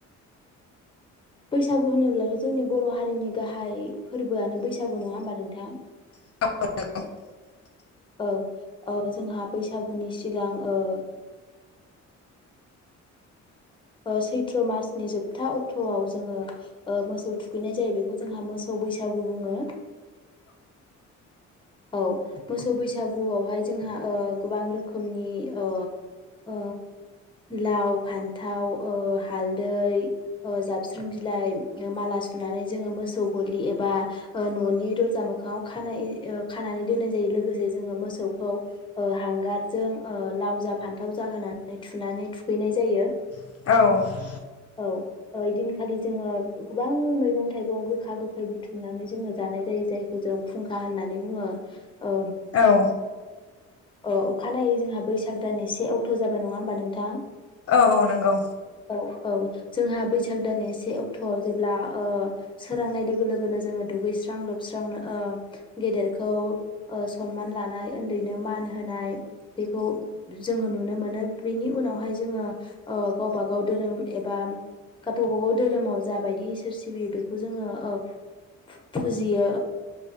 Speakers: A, on the left; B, on the left.
A: बैसागु होनोब्लाथ जोंनि बर' हारिनि गाहाय‌ फोरबोआनो बैसागु नङा होमबा? नोंथां
B: <unintelligible>
A: औ ओ जोंहा बैसागुनि सिगां ओ ओ सैथ्र मासनि जोबथा अक्टआव जोङो ओ‌ मोसौ थुखैनाय जायो बेखौ जोंहा मोसौ बैसागु बुङो। औ मोसौ बैसागुआवहाय जोंहा ओ‌ गोबां रोखोमनि ओ ओ लाव फान्थाव ओ‌ हालदै ओ जाबस्रां बिलाइ माला सुनानै जोङो मोसौ गलि एबा न'नि दरजा मोखाङाव खानाय खानानै दोननाय जायो लोगोसे जोङो मोसौखौ ओ हांगारजों ओ लाव जा फान्थाव जा होनानै थुनानै थुखैनाय जायो।
B: औ औ
A: औ ओइदिन खालि जोङो गोबां मैगं थाइगं गोखा गोखै बुथुमनानै जोङो जानाय जायो जायखौ जों फुंखा होननानै बुङो। ओ।
B: औ
A: ओ अखानायै जोंहा बैसाग दाननि से अक्ट जाबाय नङा होमबा नोंथां?
B: औ औ नंगौ।
A: औ जोंहा बैसाग दाननि से अक्टआव जेब्ला ओ सोरांनाय लोगो लोगोनो जोङो दुगैस्रां लोबस्रांनो ओ गेदेर खौ सनमान लानाय उन्दैनो मान होनाय बेखौ जोङो नुनो मोनो बेनि उनावहाय जोङो ओ गावबा गाव धोरोम एबा गाव गावबा गाव धोरोमाव जाबायदि इसोर सिबियो बेखौ ओ जोङो फु-फुजियो।